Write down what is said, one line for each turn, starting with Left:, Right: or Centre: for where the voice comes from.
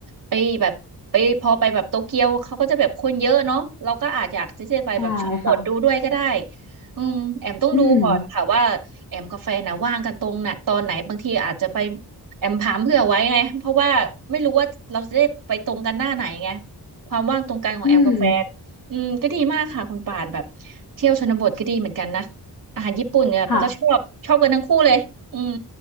Right: ไปแบบไปพอไปแบบโตเกียวเขาก็จะแบบคนเยอะเนาะเราก็อาจอยากจะจะไปแบบชนบทดูด้วยก็ได้
Left: ใช่ค่ะ
Right: อืมแอมต้องดูก่อนค่ะว่าแอมกับแฟนนะว่างกันตรงไหนตอนไหนบางทีอาจจะไป
Left: อืม
Right: แอมถามเผื่อไว้ไงเพราะว่าไม่รู้ว่าเราจะได้ไปตรงกันหน้าไหนไงความว่างตรงกันของแอมกับแฟนอืมก็ดีมากค่ะคุณป่านแบบเที่ยวชนบทก็ดีเหมือนกันนะ
Left: อืม
Right: อาหารญี่ปุ่นเนี่ยมันก็ชอบชอบกันทั้งคู่เลยอืม
Left: ค่ะ